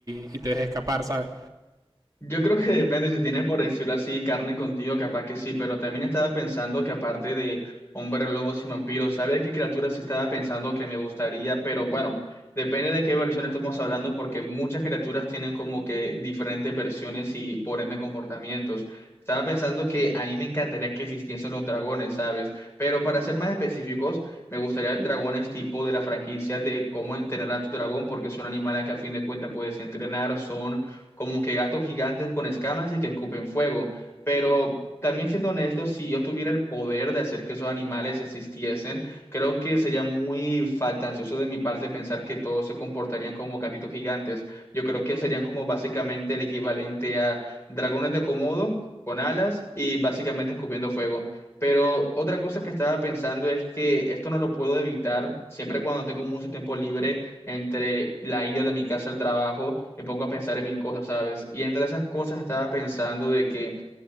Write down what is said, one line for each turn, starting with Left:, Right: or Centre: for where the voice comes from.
Right: y- y te deje escapar, ¿sabes?
Left: Yo creo que depende, si tienes por decirlo así carne contigo, capaz que sí, pero también estaba pensando que aparte de hombres lobos y vampiros, ¿sabes qué criaturas sí estaba pensando que me gustaría? Pero bueno, depende de qué versión estamos hablando, porque muchas criaturas tienen como que diferentes versiones y por ende comportamientos. Estaba pensando que a mí me encantaría que existiesen los dragones, ¿sabes? Pero para ser más específicos, me gustaría dragones tipo de la franquicia de cómo entrenar a tu dragón, porque son animales que a fin de cuentas puedes entrenar, son como que gatos gigantes con escamas y que escupen fuego. Pero también siendo honesto, si yo tuviera el poder de hacer que esos animales existiesen, creo que sería muy fantasioso de mi parte pensar que todos se comportarían como gatitos gigantes. Yo creo que serían como básicamente el equivalente a dragones de Komodo con alas y básicamente escupiendo fuego. Pero otra cosa que estaba pensando es que esto no lo puedo evitar. Siempre cuando tengo mucho tiempo libre, entre la ida de mi casa al trabajo, me pongo a pensar en mil cosas, ¿sabes? Y entre esas cosas estaba pensando de que